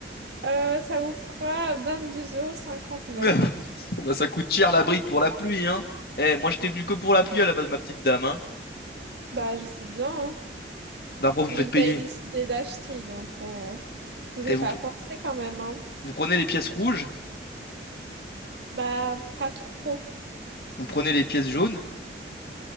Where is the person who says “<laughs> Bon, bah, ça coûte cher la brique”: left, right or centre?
Left